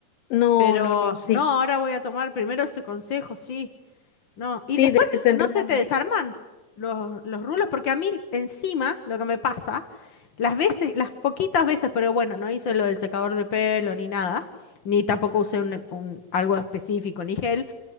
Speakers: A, on the left (about 85°); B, on the left (about 65°).
A: no,
B: Pero
A: no, no, sí,
B: no, ahora voy a tomar primero ese consejo, sí. No, y
A: sí,
B: después,
A: de- desenrédalo
B: no se te desarman
A: ahí.
B: los, los rulos, porque a mí encima lo que me pasa, las veces, las poquitas veces, pero bueno, no hice lo del secador de pelo ni nada, ni tampoco usé un, un- algo específico, ni gel,